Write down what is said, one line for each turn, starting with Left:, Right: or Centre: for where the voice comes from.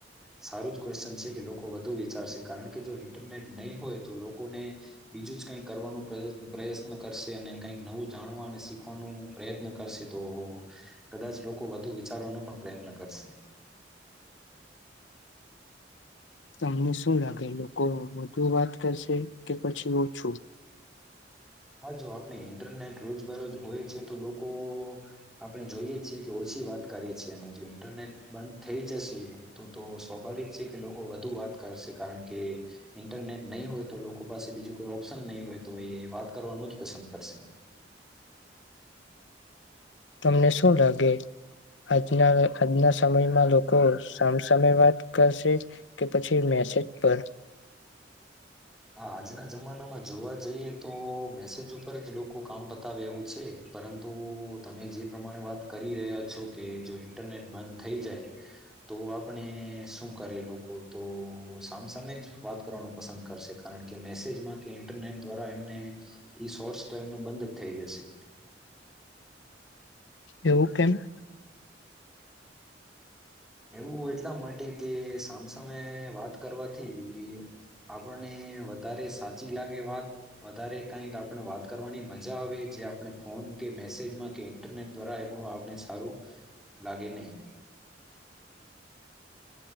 Centre: સારું જ ક્વેશ્ચન છે કે લોકો વધુ વિચારશે કારણ કે જો ઇન્ટરનેટ નહી હોય તો લોકોને બીજું જ કઈ કરવાનું પ્રયત્ન કરશે અને કઈક નવું જાણવા અને શીખવાનું પ્રયત્ન કરશે તો કદાચ લોકો વધુ વિચારવાનું પણ પ્રયત્ન કરશે
Left: તમને શું લાગે લોકો વધુ વાત કરશે કે પછી ઓછું
Centre: હા જો આપણે ઇન્ટરનેટ રોજબરોજ હોય છે તો લોકો આપણે જોઈએ છીએ કે ઓછી વાત કરીે છેી અને જો ઇન્ટરનેટ બંધ થઈ જશે તો તો સ્વાભાવિક છે કે લોકો વધુ વાત કરશે કારણ કે ઇન્ટરનેટ નહીં હોય તો લોકો પાસે બીજું કોઈ ઓપ્શન નહીં હોય તો એ વાત કરવાનું જ પસંદ કરશે
Left: તમને શું લાગે આજના આજના સમયમાં લોકો સામસામે વાત કરશે કે પછી મેસેજ પર
Centre: હા આજના જમાનામાં જોવા જઈએ તો મેસેજ ઉપર જ લોકો કામ પતાવે એવું છે પરંતુ તમે જે પ્રમાણે વાત કરી રહ્યા છો કે જો ઇન્ટરનેટ બંધ થઈ જાય તો આપણે શું કરે લોકો તો સામસામે જ વાત કરવાનું પસંદ કરશે કારણ કે મેસેજમાં કે ઈન્ટરનેટ દ્વારા એમને ઈ શોર્ટ સોલ ન બંધ જ થઈ જશે
Left: એવું કેમ
Centre: એવું એટલા માટે કે સામસામે વાત કરવાથી આપણને વધારે સાચી લાગે વાત વધારે કઈક આપણે વાત કરવાની મજા જા આવે જે આપણે ફોન કે મેસે મેસેજમાં કે ઇન્ટરનેટ દ્વારા એણું આપને સારું લાગે નહીં